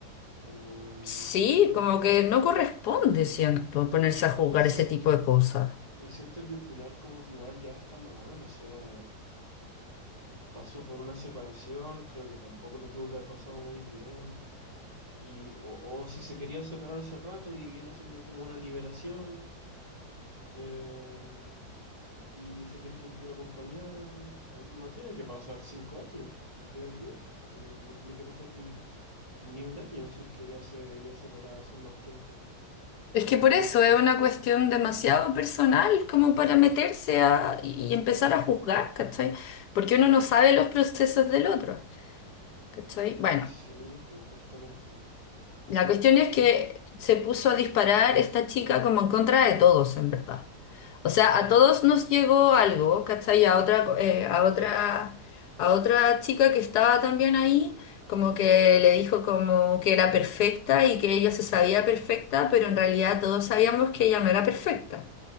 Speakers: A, on the right (about 20°); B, on the left (about 75°).
A: Como
B: Sí,
A: es una...
B: como que no corresponde, siento, ponerse a juzgar
A: Es,
B: ese tipo de cosas.
A: y siento que opinar como que igual ya está mal. O sea, pasó por una separación, creo que tampoco lo tuvo que haber pasado muy bien. Y, o, o si se quería separar hace rato y viene siendo como una liberación, eh, y se quiere sentir acompañada, no no tiene que pasar cinco años, creo yo. No, no tiene que pasar n- ni un año si es que ella se veía separada hace más tiempo.
B: Es
A: Entonces,
B: que por eso es una cuestión demasiado personal como para meterse a, y empezar a juzgar, ¿cachai? Porque uno no sabe los procesos del otro, ¿cachai? Bueno,
A: sí, pues justamente.
B: la cuestión es
A: Y
B: que se puso a disparar esta chica como en contra de todos, en verdad. O sea, a todos nos llegó algo, ¿cachai? A otra, eh, a otra, a otra chica que estaba también ahí, como que le dijo como que era perfecta y que ella se sabía perfecta, pero en realidad todos sabíamos que ella no era perfecta.